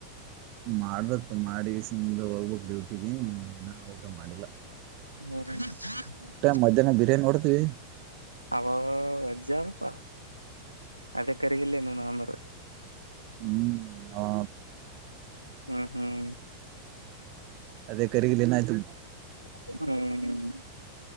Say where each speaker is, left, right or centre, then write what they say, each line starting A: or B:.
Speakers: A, on the right; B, on the right.
A: ಮಾಡ್ಬೇಕ ಮಾರ್ಕೆಸಿಂದ ಹೋಗ್ಬೇಕ್ ಡ್ಯೂಟಿಗಿ ಇನ್ನ ಊಟಾ ಮಾಡಿಲ್ಲಾ
B: ಹುಂ
A: ಮಧ್ಯಾಹ್ನ ಬಿರಿಯಾನಿ ಹೋಡದವಿ
B: ಅಬಬ್ಬ ವಜ್ಜದಪ್ಪಾ ಅದೇ ಕರಿಗಿಲ್ಲ ನೀನು ಹಂಗೆ ಅಂದರ
A: ಹುಂ ಹಾ
B: ಹುಂ ಹುಂ
A: ಅದೇ ಕರಿಗಲನಾಯ್ತು
B: ಹುಂ